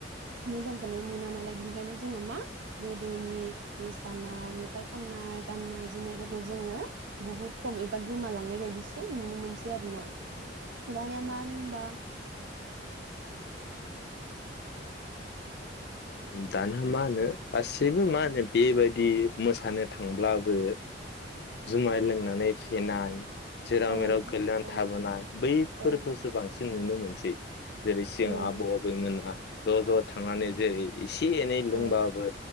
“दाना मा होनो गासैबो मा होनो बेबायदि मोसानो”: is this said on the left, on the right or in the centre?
Left